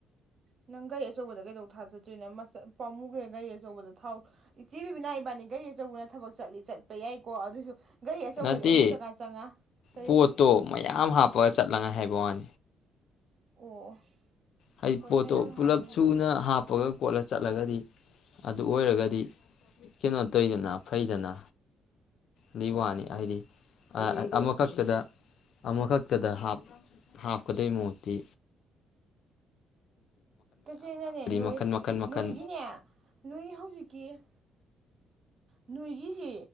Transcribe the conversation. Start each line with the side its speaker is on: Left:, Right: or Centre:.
Right: ꯅꯪ ꯒꯥꯔꯤ ꯑꯆꯧꯕꯗ ꯀꯩꯗꯧ ꯊꯥ ꯆꯠꯇꯣꯏꯣ ꯃ ꯄꯥꯃꯨꯈ꯭ꯔꯦ ꯒꯥꯔꯤ ꯑꯆꯧꯕꯗ ꯊꯥꯎ ꯏꯆꯦꯕꯤ ꯕꯤꯅꯥ ꯏꯕꯥꯅꯤ ꯒꯥꯔꯤ ꯑꯆꯧꯕꯅ ꯊꯕꯛ ꯆꯠꯂꯤ ꯆꯠꯄ ꯌꯥꯏꯀꯣ ꯑꯗꯨꯏꯁꯨ ꯒꯥꯔꯤ ꯑꯆꯧꯕꯗꯤ
Left: ꯅꯠꯇꯦ
Right: ꯑꯃꯨꯛ ꯆꯪꯉꯥ ꯆꯪꯉꯥ ꯀꯔꯤ
Left: ꯄꯣꯠꯇꯣ ꯃꯌꯥꯝ ꯍꯥꯞꯄꯒ ꯆꯠꯂꯉꯥꯏ ꯍꯥꯏꯕ ꯟ
Right: ꯑꯣ
Left: ꯍꯥꯏꯗꯤ
Right: ꯍꯣꯏ
Left: ꯄꯣꯠꯇꯣ
Right: ꯃꯌꯥꯝ
Left: ꯄꯨꯜꯂꯞ
Right: ꯍꯥꯞꯄꯩꯕꯨꯗꯤ
Left: ꯁꯨꯅ ꯍꯥꯞꯄꯒ ꯄꯣꯠꯂ ꯆꯠꯂꯒꯗꯤ ꯑꯗꯨ ꯑꯣꯏꯔꯒꯗꯤ ꯀꯩꯅꯣ ꯇꯧꯗꯅ ꯐꯩꯗꯅ ꯑꯗꯨ ꯋꯥꯅꯤ ꯑꯩꯗꯤ ꯑꯃ ꯀꯞ ꯀꯗ ꯑꯃꯈꯛꯇꯗ ꯍꯥꯞꯀꯗꯣꯏ ꯃꯨꯠꯇꯤ
Right: ꯇꯁꯦꯡꯅꯅꯦ ꯅꯣꯏ
Left: ꯃꯈꯟ ꯃꯈꯟ ꯃꯈꯟ
Right: ꯅꯣꯏꯒꯤꯅꯦ ꯅꯣꯏ ꯍꯧꯖꯤꯛꯀꯤ ꯅꯣꯏꯒꯤꯁꯦ